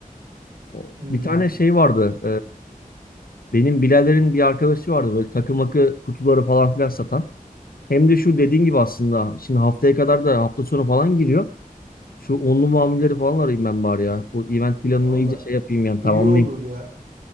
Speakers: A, on the left; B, on the right.
A: O-
B: Hmm,
A: Bir tane şey vardı. e, benim biraderin bir arkadaşı vardı böyle takım akı kutuları falan filan satan. Hem de şu dediğin gibi aslında şimdi haftaya kadar da hafta sonu falan giriyor. Şu onlu mamulleri falan arayayım ben bari ya. Bu event planını
B: valla
A: iyice şey
B: i-
A: yapayım yani
B: iyi
A: tamamlayayım.
B: olur ya.